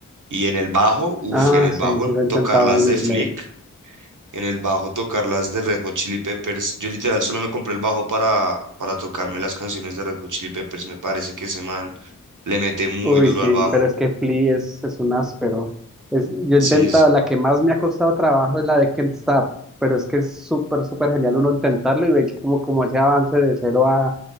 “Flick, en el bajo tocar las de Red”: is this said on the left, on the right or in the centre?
Right